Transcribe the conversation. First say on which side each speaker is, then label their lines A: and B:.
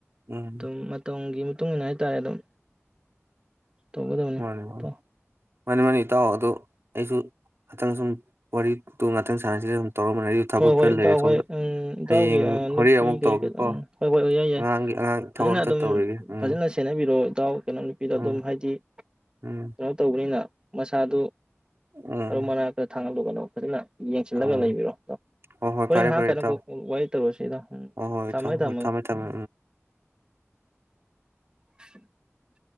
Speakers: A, on the right; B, on the right.
A: ꯎꯝ
B: ꯑꯗꯨꯝ ꯃꯇꯝꯒꯤ ꯇꯨꯡ ꯏꯟꯅ ꯍꯥꯏꯇꯥꯔꯦ ꯑꯗꯨꯝ ꯇꯧꯒꯗꯕꯅꯤ
A: ꯃꯥꯅꯦ ꯃꯥꯅꯦ
B: ꯢꯇꯥꯎ
A: ꯃꯥꯅꯤ ꯃꯥꯅꯤ ꯏꯇꯥꯎ ꯑꯗꯨ ꯑꯩꯁꯨ ꯈꯥꯇꯪ ꯁꯨꯝ ꯋꯥꯔꯤ-ꯗꯣ ꯉꯥꯛꯇꯪ ꯁꯥꯟꯅꯁꯤꯔ ꯁꯨꯝ ꯇꯧꯔꯝꯕꯅꯦ ꯑꯩꯁꯨ ꯊꯕꯛ
B: ꯍꯣꯏ-ꯍꯣꯏ
A: ꯈꯔ
B: ꯏꯇꯥꯎ
A: ꯂꯩꯔꯦ ꯁꯣꯝꯗ
B: ꯍꯣꯏ-ꯎꯝ ꯏꯇꯥꯎꯒꯤ
A: ꯍꯌꯦꯡ ꯍꯣꯔꯦꯟ
B: ꯅꯨꯄꯤ
A: ꯑꯃꯨꯛ
B: ꯀꯩ-ꯀꯩ
A: ꯇꯧꯔꯛꯀꯦꯀꯣ
B: ꯎꯝ ꯍꯣꯏ-ꯍꯣꯏ-ꯍꯣꯏ-ꯌꯥꯏ-ꯌꯥꯏ
A: ꯑꯉꯥꯡꯒꯤ ꯑꯉꯥꯡ
B: ꯐꯖꯅ
A: ꯊꯕꯛ ꯑꯝꯇ
B: ꯑꯗꯨꯝ
A: ꯇꯧꯔꯤꯒꯦ ꯎꯝ
B: ꯐꯖꯅ ꯁꯦꯟꯅꯕꯤꯔꯣ ꯏꯇꯥꯎ ꯅꯅꯥꯎ ꯅꯨꯄꯤꯗ
A: ꯎꯝ
B: ꯑꯗꯨꯝ ꯍꯥꯏꯗꯤ
A: ꯎꯝ
B: ꯀꯩꯅꯣ ꯇꯧꯕꯅꯤꯅ ꯃꯁꯥꯗꯨ
A: ꯎꯝ
B: ꯑ ꯃꯅꯥꯛꯇ ꯊ ꯈꯪꯍꯜꯂꯨꯒꯅꯣ ꯐꯖꯥꯅ ꯌꯦꯡꯁꯤꯜꯂꯒ
A: ꯎꯝ
B: ꯂꯩꯕꯤꯔꯣ
A: ꯍꯣꯏ ꯍꯣꯏ
B: ꯍꯣꯔꯦꯟ
A: ꯐꯔꯦ
B: ꯍꯥꯡꯉꯀꯥꯟꯗ
A: ꯐꯔꯦ ꯏꯇꯥꯎ
B: ꯀꯣꯛ ꯋꯥꯔꯤ ꯇꯧꯔꯁꯤꯗꯣ ꯎꯝ
A: ꯍꯣꯏ ꯍꯣꯏ
B: ꯊꯝꯃꯒꯦ-ꯊꯝꯃꯒꯦ
A: ꯏꯇꯥꯎ ꯍꯣꯏ ꯊꯝꯃꯦ ꯊꯝꯃꯦ
B: ꯎꯝ <unintelligible>